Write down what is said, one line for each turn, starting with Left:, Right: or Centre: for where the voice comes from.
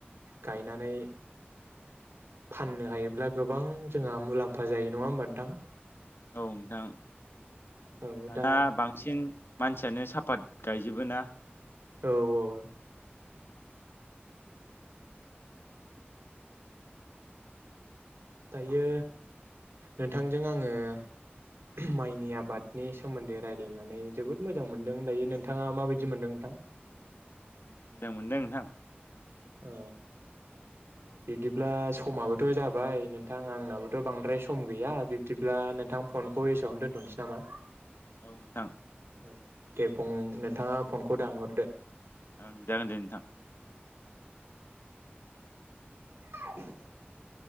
Right: गायनानै फाननो हायोब्ला गोबां जोंहा मुलाम्फा जायो नङा होमबा नोंथां?
Left: औ नोंथां।
Right: औ
Left: दाना
Right: दा
Left: बांसिन मानसियानो साफात गायजोबो ना
Right: औ औ
Left: औ
Right: दायो नोंथांजों आङो माइनि आबादनि सोमोन्दै रायलायनानै जोबोद मोजां मोनदों दायो नोंथाङा माबायदि मोनदों नोंथां?
Left: मोजां मोनदों नोंथां।
Right: अ
Left: औ
Right: बिब्दिब्ला समाबोथ' जाबाय नोंथां आंनाबोथ' बांद्राय सम गैया बिब्दिब्ला नोंथां फनखौ एसेयावनो दोनथ'नोसै नामा?
Left: औ नोंथां
Right: औ दे फं नोंथाङा फनखौ दानहरदो।
Left: ओं जागोन दे नोंथां।
Right: <unintelligible>